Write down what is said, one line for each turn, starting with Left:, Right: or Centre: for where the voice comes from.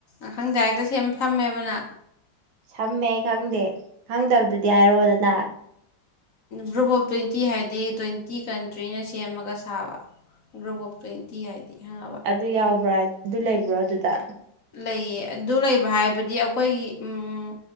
Left: ꯑꯈꯪꯗ ꯍꯦꯛꯇ ꯁꯦꯝ ꯐꯝꯃꯦꯕꯅ
Right: ꯁꯝꯃꯦ ꯑꯩ ꯈꯪꯗꯦ ꯈꯪꯗꯕꯗꯨꯗꯤ ꯍꯥꯏꯔꯣꯗꯅ
Left: ꯒ꯭ꯔꯨꯞ ꯑꯣꯐ ꯇ꯭ꯋꯦꯟꯇꯤ ꯍꯥꯏꯗꯤ ꯇ꯭ꯋꯦꯟꯇꯤ ꯀꯟꯇ꯭ꯔꯤꯅ ꯁꯦꯝꯃꯒ ꯁꯥꯕ ꯭ꯔꯣꯨꯞ ꯑꯣꯐ ꯇ꯭ꯋꯦꯟꯇꯤ ꯍꯥꯏꯗꯤ ꯈꯪꯉꯕ
Right: ꯑꯗꯨ ꯌꯥꯎꯕ꯭ꯔꯥ ꯑꯗꯨ ꯂꯩꯕ꯭ꯔꯣ ꯑꯗꯨꯗ
Left: ꯂꯩꯌꯦ ꯑꯗꯨ ꯂꯩꯕ ꯍꯥꯏꯕꯗꯤ ꯑꯩꯈꯣꯏꯒꯤ ꯎꯝ